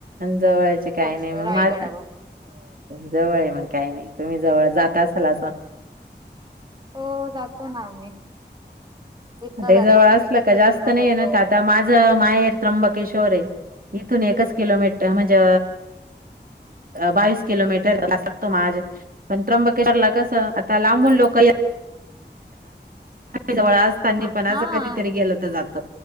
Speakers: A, on the right; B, on the right.
A: जवळचे काही
B: पोहोचतो
A: नाही मग
B: रायगडावर.
A: मा जवळ आहे मग काही नाही तुम्ही जवळ जाताच खलासा
B: हो जातो ना आम्ही इथं
A: आता
B: जातो
A: जवळ
B: परत
A: असलं
B: एकविरेला
A: का जास्त नाहीय
B: जातो.
A: न्हत आता माझं माहेर त्र्यंबकेशवर आहे इथून एकच किलोमीटर म्हणजे बावीस किलोमीटर लागतो माज पण त्र्यंबकेशरला कस आता लांबून लोक अया. जवळ असतानी
B: हां
A: पण असं
B: हां.
A: कधीतरी गेलं तर जात